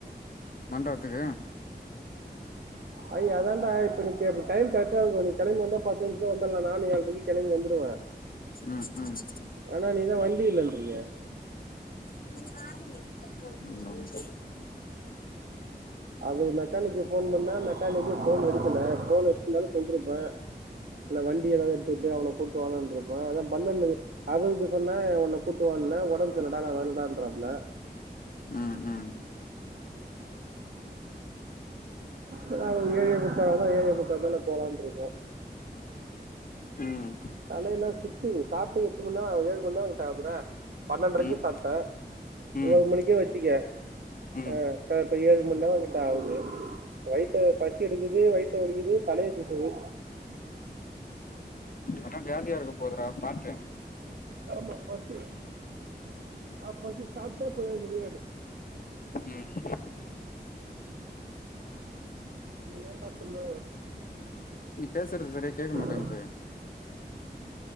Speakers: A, on the left; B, on the right.
A: மண்டவத்துக்கு
B: அது அதான்டா இப்ப நீக் இப்ப டைம் கரெட்டா இருக்கு நீ கெளம்பி வந்தா பத்து நிமிஷத்ல வந்தர்லா நானு ஏ பைக் கெளம்பி வந்துருவே
A: ம் ம்
B: ஆனா நீதா வண்டி இல்லன்றியே
A: ம்
B: அது மெக்கானிக்கு ஃபோன் பண்ணா மெக் கானிக்கு ஃபோன் எடுக்கல ஃபோன் எடுத்துந்தாலு சொல்ருப்பே இல்ல வண்டி எதாவது எடுத்துட்டு அவன கூப்ட்டு வாங்கன்ருப்பே அதா பண்ணனனுயே அருனுக்கு சொன்னே உன்ன கூட்டுவான்னே ஒடம்பு செர்ல்லடா நா வர்லடான்றாப்புல
A: ம் ம்
B: அதா ஏழே முக்கா அதா ஏழே முக்கா மேல போலான்ருக்க
A: ம்
B: தலையெல்லா சுத்துது சாப்ட்டு எட்டு மண் நேரோ ஆவுது ஏழு மண் தா சாப்புற பண்ணன்ட்ரைக்கு
A: ம்
B: சாப்ட்ட
A: ம்
B: ஒரு
A: ம்
B: மணிக்கே வச்சிக்க
A: ம்
B: ஆ ச இப்ப ஏழு மண் நேரோ கிட்ட ஆவுது வயத்த பசி எடுக்குது வய்த்த வலிக்குது தலய சுத்துது
A: எதுனா வியாதியா இருக்க போதுறா பாத்து
B: ஆமா பசி அ பசி சாப்ட்டா போகுதேன்ட்டு
A: ம்
B: எ தப்பில்ல
A: நீ பேசுறது சரியா கேட்க மாட்டேன்து
B: <inaudible>